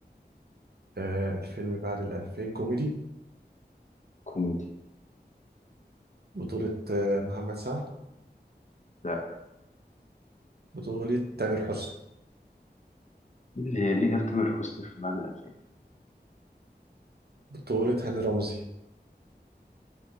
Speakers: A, on the right (about 65°); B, on the left (about 45°).
A: أه الفيلم بعد الألفين كوميدي
B: كوميدي
A: بطولة آه، محمد سعد
B: لا
A: بطولة تامر حسني
B: اللي اللي جاب تامر حسني في بعد الألفين
A: بطولة هاني رمزي